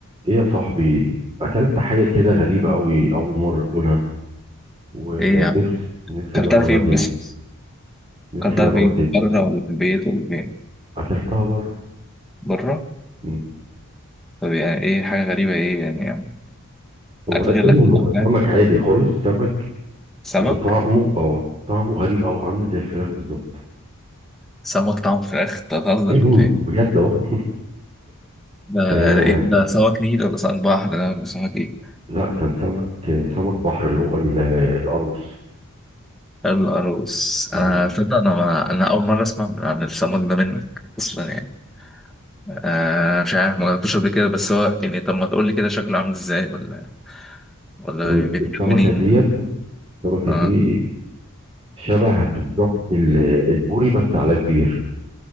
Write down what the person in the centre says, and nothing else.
ايه يا عم
اكلتها
فين
بس
اكلتها
فين
بره ولا في البيت ولا فين
بره
طب يعني ايه حاجه غريبه ايه يعني, يعني
اكل غير
الاكل
اللي إحنا بناكله.
سمك
سمك طعم فراخ أنت بتهزر
ولا ايه
ده
ده إيه؟ ده سمك نيل ولا سمك بحر ده ولا سمك ايه
القاروص
انا تصدق انا ما... انا اول مره اسمع من- عن السمك ده منك اصلا يعني آه مش عارف ما جربتوش قبل كده بس هو يعني طب ما تقول لي كده شكله عامل ازاي ولا ولا
بيتجمع
منين
اه